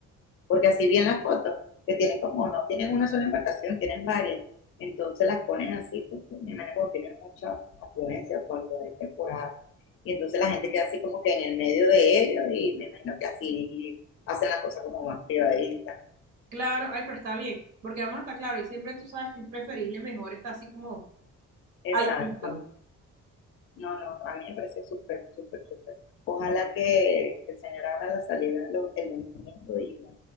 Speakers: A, on the left; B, on the right.
A: porque así bien las fotos, que tienen como, no tienen una sola embarcación, tienen varias. Entonces las ponen así, porque mi hermana como tiene mucha afluencia cuando es temporada. Y entonces la gente queda así como que en el medio de ellos y me imagino que así hacen la cosa como más privadita.
B: Claro, ay, pero está bien, porque además está claro, y siempre tú sabes que es preferible mejor está así como
A: Exacto.
B: a lo privado.
A: No, no, a mí me pareció súper, súper, súper. Ojalá que el señor abra la salida lo- el domingo y